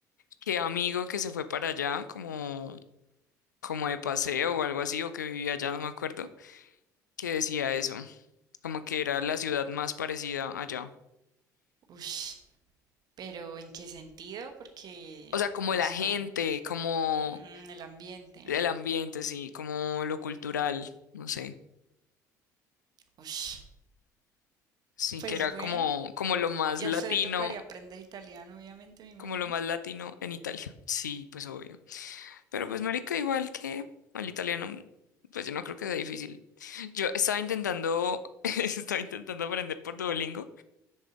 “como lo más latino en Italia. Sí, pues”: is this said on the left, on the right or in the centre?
Left